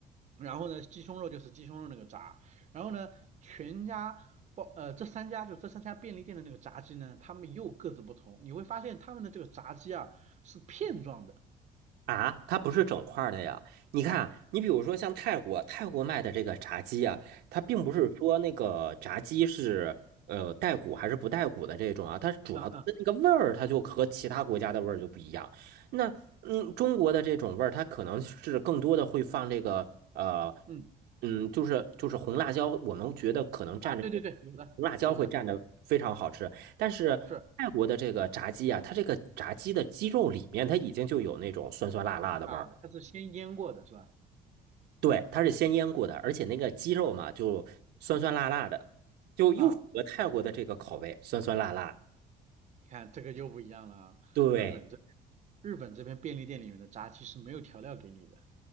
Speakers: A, on the right; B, on the right.
A: 然后呢，鸡胸肉就是鸡胸肉那个炸，然后呢，全家包呃这三家就这三家便利店的那个炸鸡呢，他们又各自不同，你会发现他们的这个炸鸡啊是片状的，
B: 啊，它不是整块儿的呀。你看啊你比如说像泰国，泰国卖的这个炸鸡啊，它并不是说那个炸鸡是呃带骨还是不带骨的这种啊，
A: 嗯
B: 它主要的那个味儿，
A: 嗯嗯
B: 它就和其他国家的味儿就不一样。那嗯，中国的这种味儿，它可能是更多的会放这个呃，
A: 嗯
B: 嗯，就是就是红辣椒，我们觉得可能蘸着那个
A: 啊，对对对，有的有的。
B: 红辣椒会蘸着非常好吃，但是泰国的这个炸鸡啊，
A: 是。
B: 它这个炸鸡的鸡肉里面它已经就有那种酸酸辣辣的味儿了
A: 啊，它是先腌过的是吧？
B: 对，它是先腌过的，而且那个鸡肉嘛，就酸酸辣辣的，就又符合泰国的这个口味，
A: 啊，
B: 酸酸辣辣。
A: 你看这个就不一样了啊。
B: 对
A: 日本这日本这边便利店里面的炸鸡是没有调料给你的，